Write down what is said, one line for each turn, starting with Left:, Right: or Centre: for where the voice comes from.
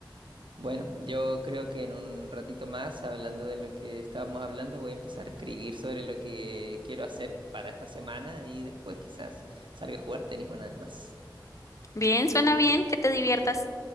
Right: Bueno, yo creo que en un ratito más, hablando de lo que estábamos hablando, voy a empezar a escribir sobre lo que quiero hacer para esta semana y después quizás salga a jugar tenis una vez más.
Left: Bien, suena bien, que te diviertas,